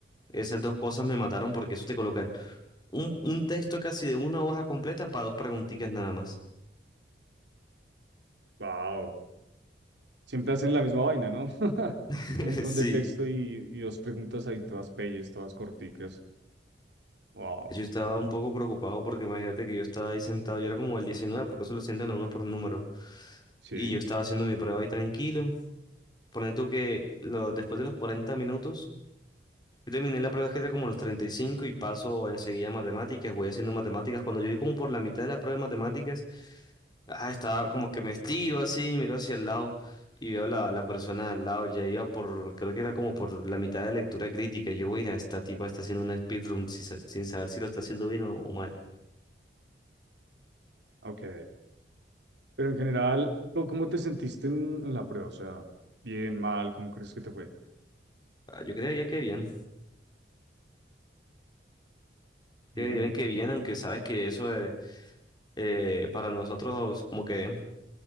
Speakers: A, on the left (about 25°); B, on the right (about 75°).
A: Esas dos cosas me mataron porque eso te colocan un, un texto casi de una hoja completa para dos preguntitas nada más.
B: Wow. Siempre hacen la misma vaina, ¿no? <laughs>
A: <laughs>
B: Un montón
A: Sí.
B: de texto y, y dos preguntas ahí, todas pelles, todas corticas. Wow.
A: Yo estaba un poco preocupado porque imagínate que yo estaba ahí sentado, yo era como el 19 porque eso lo sientan a uno por número.
B: Sí.
A: Y yo estaba haciendo mi prueba ahí tranquilo. Ponen tú que lo- después de los 40 minutos, yo terminé la prueba escrita como a los 35 y cinco y paso enseguida a matemáticas, voy haciendo matemáticas. Cuando yo vi como por la mitad de la prueba de matemáticas, Ah, estaba como que me estiro así, miro hacia el lado y veo la, la persona al lado, ya iba por, creo que era como por la mitad de lectura crítica. Yo, voy a esta tipa está haciendo una speedrun sin, sa- sin saber si lo está haciendo bien o, o mal.
B: Ok. Pero en general, ¿cómo cómo te sentiste en, en la prueba? O sea, bien, mal, ¿cómo crees que te fue?
A: Ah, yo creería que bien, creería
B: Bien.
A: bien que bien, aunque sabes que eso eh, eh, para nosotros como que